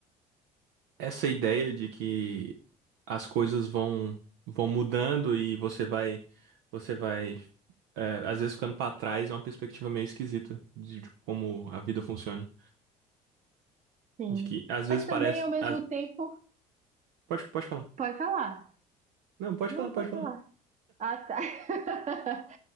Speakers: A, on the right; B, on the right.
A: essa ideia de que as coisas vão vão mudando e você vai você vai é, às vezes ficando pra trás é uma perspectiva meio esquisita de, de como a vida funciona.
B: Sim.
A: De que às vezes
B: Mas
A: parece.
B: também, ao mesmo
A: às-
B: tempo,
A: Pode, pode falar.
B: pode falar.
A: Não, pode
B: Não,
A: falar, pode
B: pode
A: falar.
B: falar. Ah, tá. <laughs>